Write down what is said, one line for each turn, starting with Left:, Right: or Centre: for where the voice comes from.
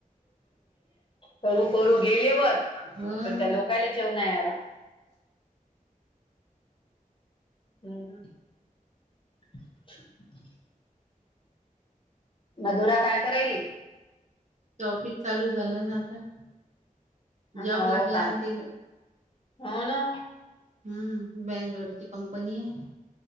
Left: करू करू गेलेवर
Right: हो
Left: पण
Right: ना
Left: त्या लोक काय चौव नाही आला हम्म. ह मधुरा काय करायली?
Right: त ऑफिस चालू झालं ना आता.
Left: आ
Right: जॉब
Left: हाव
Right: लागला
Left: का
Right: आणि तिला
Left: हा ना.
Right: हम्म बेंगलोरची कंपनी आहे.